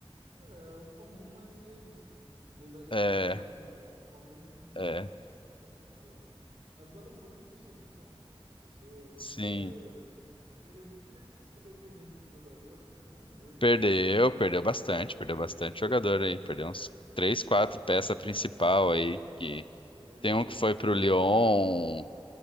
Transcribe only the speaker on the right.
É, o comum é ser isso, né? De- Vai depender
do Flamengo, mas o Palmeiras todo mundo sabe
que vai, <laughs> que vai ficar lá. Mas o Botafogo começou muito mal. Começou a temporada.
Perdeu. Não sei se chegou a perder muito jogador, acho que perdeu um ou dois,
né?
Perdeu?
Perdeu
bastante?
É, então.
Isso aí,